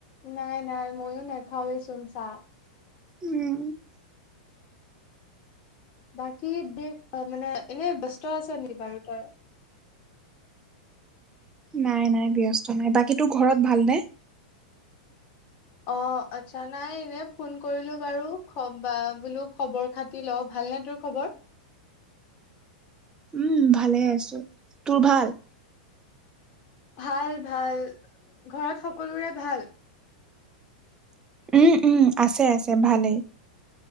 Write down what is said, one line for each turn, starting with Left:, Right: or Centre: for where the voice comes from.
Left: নাই নাই ময়ো নাখাওঁৱেইচোন চাহ
Right: উম
Left: বাকী দেশ মানে এনে ব্যস্ত আছা নেকি বাৰু তই
Right: নাই নাই ব্যস্ত নাই বাকী তোৰ ঘৰত ভাল নে
Left: অ আচ্ছা নাই এনে ফোন কৰিলো বাৰু বোলো খবৰ খাটি ল ভালনে তোৰ খবৰ
Right: উম ভালে আছো তোৰ ভাল
Left: ভাল ভাল ঘৰত সকলোৰে ভাল
Right: উম উম আছে আছে ভালেই